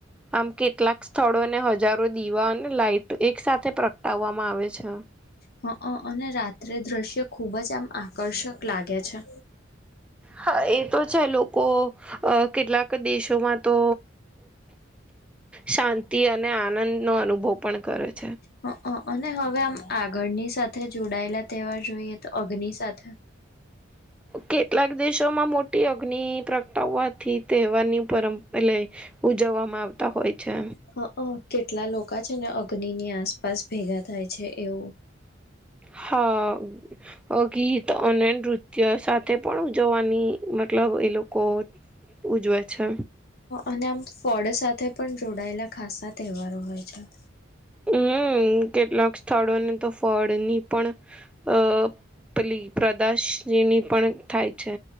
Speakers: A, in the centre; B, on the left.
A: આમ કેટલાક સ્થળોને હજારો દીવા અને લાઈટ એક સાથે પ્રગટાવવામાં આવે છે
B: હ અને રાત્રે દ્રશ્ય ખુબ જ આમ આકર્ષક લાગે છે
A: હા એ તો છે લોકો કેટલાક દેશોમાં તો શાંતિ અને આનંદ નો અનુભવ પણ કરે છે
B: હ હ અને હવે આમ આગળની સાથે જોડાયેલા તહેવાર જોઈએ તો અગ્નિ સાથે
A: કેટલાક દેશોમાં મોટી અગ્નિ પ્ર વાથી તહેવારની પરંપ લ ઉજવવામાં આવતા હોય છે
B: હ કેટલા લોકો છે ને અગ્નિ ની આસપાસ ભેગા થાય છે એવું
A: હા અગી તોનન ર નૃત્ય સાથે પણ ઉજવવાની મતલબ એ લોકો ઉજવે છે
B: અને આમ ફળ સાથે પણ જોડાયેલા ખાસા તહેવારો હોય છે
A: હમ કેટલાક સ્થળોને તો ફળની પણ અ પલી પ્રદશની પણ થાય છે